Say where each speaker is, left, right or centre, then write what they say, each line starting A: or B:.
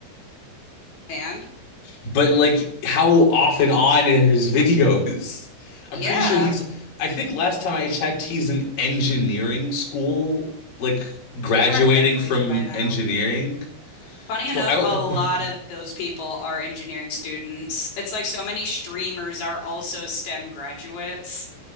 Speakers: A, on the left; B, on the left.
A: And
B: But like how off and on are his videos? <laughs>
A: yeah,
B: I'm pretty sure he's I think last time I checked he's in engineering school, like graduating
A: he probably graduated
B: from
A: by now.
B: engineering.
A: Funny
B: So
A: enough,
B: I don't
A: a
B: <laughs>
A: lot of those people are engineering students. It's like so many streamers are also STEM graduates,